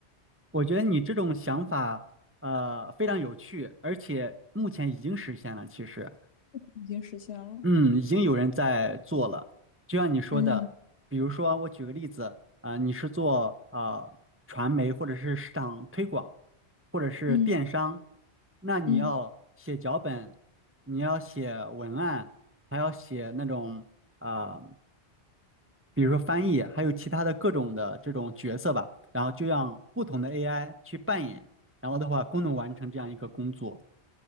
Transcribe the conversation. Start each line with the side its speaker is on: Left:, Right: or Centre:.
Right: 我觉得你这种想法，呃，非常有趣，而且目前已经实现了。其实，
Left: 已经实现了。
Right: 嗯，已经有人在做了。就像你说的，
Left: 嗯
Right: 比如说，我举个例子，啊、呃你是做啊传媒或者是市场推广，或者是电商，
Left: 嗯
Right: 那你要写脚本，
Left: 嗯。
Right: 你要写文案，还要写那种。啊、呃比如说翻译，还有其他的各种的这种角色吧，然后就让不同的 AI 去扮演，然后的话共同完成这样一个工作。